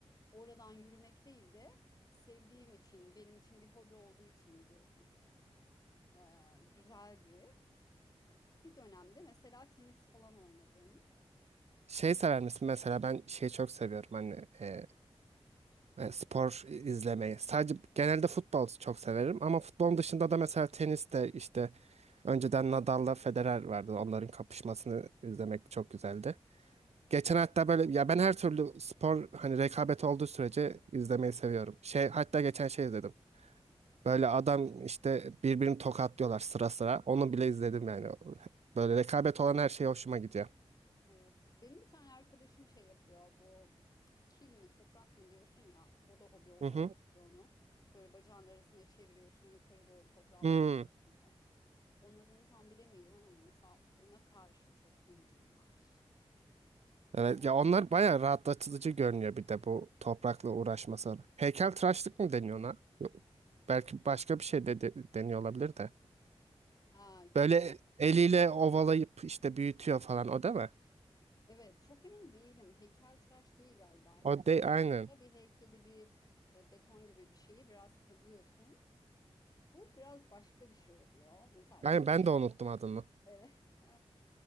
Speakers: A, on the left; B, on the right.
A: oradan yürümek değil de sevdiğim için, benim için bir hobi olduğu için gidiyordum. Ee, güzeldi. E, Bir dönemde mesela tenis falan oynadım.
B: Şey sever misin? Mesela ben şeyi çok seviyorum hani e, E, spor izlemeyi. Sadece genelde futbol çok severim ama futbolun dışında da mesela tenis de işte önceden Nadal'la Federer vardı. Onların kapışmasını
A: Evet.
B: izlemek çok güzeldi. Geçen hatta böyle ya ben her türlü spor hani rekabet olduğu sürece izlemeyi seviyorum. Şey hatta geçen şey izledim. Böyle adam işte birbirini tokatlıyorlar sıra sıra. Onu bile izledim yani. Böyle rekabet olan her şey hoşuma gidiyor.
A: Evet. Benim bir tane arkadaşım şey yapıyor. Bu kil mi toprak mı diyorsun ya. O da hobi olarak
B: Hı hı.
A: yapıyor onu. Böyle bacağın arasında çeviriyorsun yukarı doğru toprağa
B: Hmm.
A: uzatıyorsun falan. Onun adını tam bilemeyeceğim ama mesela ona karşı çok ilgim var.
B: Evet,
A: Ee,
B: ya onlar bayağı rahatlatıcı görünüyor bir de bu toprakla uğraşması. Heykeltıraşlık mı deniyor ona? Yok, Belki başka bir şey de, de deniyor olabilir de.
A: aa,
B: Böyle
A: ç-
B: eliyle ovalayıp işte büyütüyor falan o değil mi?
A: evet çok emin değilim. Heykeltıraş değil galiba. Heykeltıraşta
B: O de aynen.
A: bir heykeli bir e, beton gibi bir şeyi biraz kazıyorsun. Bu biraz başka bir şey oluyor. Mesela onu
B: Aynen ben de unuttum adını.
A: Evet. <laughs>